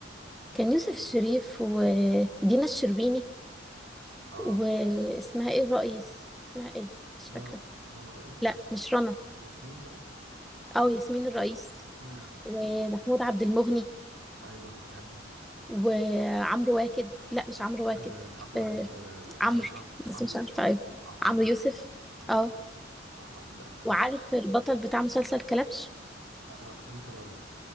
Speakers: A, in the centre; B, on the right.
A: كان يوسف الشريف ودينا الشربيني
B: اه
A: واسمها ايه الرئيس اسمها ايه مش
B: رنا
A: فاكره
B: رنا رئيس
A: لا
B: ولا
A: مش رنا
B: ياسمين رئيس
A: اه ياسمين الرئيس
B: امم
A: ومحمود عبد المغني
B: ايوه بحبه
A: وعمرو واكد لا مش عمرو واكد
B: آه مش عمرو
A: آه
B: واكد آه
A: عمرو
B: عارف- عم-
A: بس
B: عمرو
A: مش
B: يوسف
A: عارفه ايه
B: ع-
A: عمرو
B: عمرو يوسف
A: يوسف
B: عمرو يوسف
A: اه
B: اه اه لا افتكرت
A: وعارف البطل بتاع مسلسل كلبش
B: آه آه، امير كرارة